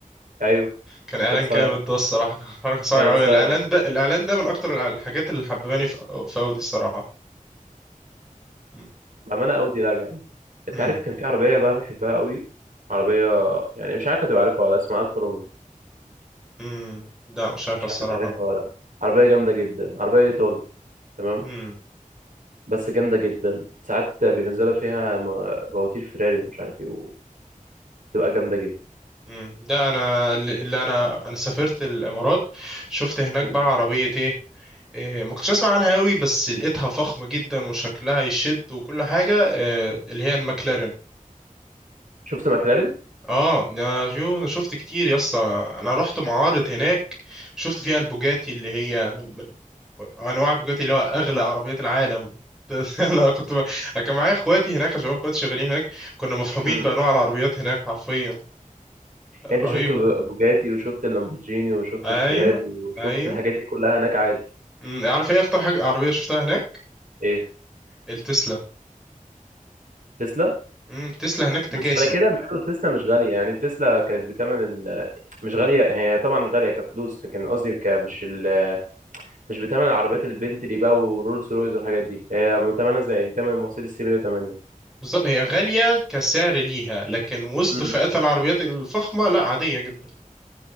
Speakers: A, on the right (about 70°); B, in the centre.
A: ايوه
B: كان اعلان
A: كانت صايعه
B: جامد ده الصراحه <laughs> كان حركه صايعه
A: كانت
B: قوي
A: صايعه
B: الاعلان ده الاعلان ده من اكتر الحاجات اللي حبباني في في اودي الصراحه مم.
A: بأمانة أودي لا جامدة أنت
B: مم.
A: عارف كان في عربية بقى بحبها قوي عربية يعني مش عارف هتبقى عارفها ولا اسمها ألفا رومي
B: مم. لا مش عارف
A: مش
B: الصراحه
A: عارف أنت عارفها ولا لأ. عربية جامدة جدا عربية إيطالي تمام
B: مم.
A: بس جامدة جدا ساعات بينزلوا فيها م- مواتير فيراري ومش عارف إيه وتبقى جامدة جدا
B: مم. ده انا اللي اللي انا انا سافرت الامارات شفت هناك
A: مم.
B: بقى عربية ايه إيه، ما كنتش اسمع عنها قوي بس لقيتها فخمة جدا وشكلها يشد وكل حاجة آه، اللي هي المكلارين
A: شفت ماكلارين؟
B: اه يا جو انا شفت كتير يا اسطى انا أنا رحت معارض هناك شفت فيها البوجاتي اللي هي من, من انواع البوجاتي اللي هو اغلى عربيات العالم <laughs> انا كنت ب... أنا كان معايا اخواتي هناك عشان اخواتي شغالين هناك كنا مفهومين
A: مم.
B: بانواع العربيات هناك حرفيا
A: يعني
B: رهيبة
A: أنت شفت ب- بوجاتي وشفت اللامبورجيني وشفت
B: ايوه
A: الفيراري وشفت
B: ايوه
A: الحاجات دي كلها هناك عادي
B: أمم، عارف ايه اكتر حاجة عربية شفتها هناك
A: إيه
B: التسلا
A: تسلا؟
B: أمم، التسلا هناك تكاسي
A: بس على كده بيقولوا تسلا مش غالية يعني تسلا كانت بتمن ال... مش غالية هي طبعا غالية كفلوس لكن قصدي ك... مش ال... مش بتمن العربيات البنتلي بقى ورولز رويز والحاجات دي هي بتمنها زي بتمن المرسيدس سي 180
B: بالظبط هي غالية كسعر ليها لكن وسط
A: امم
B: فئات العربيات الفخمة لا عادية جدا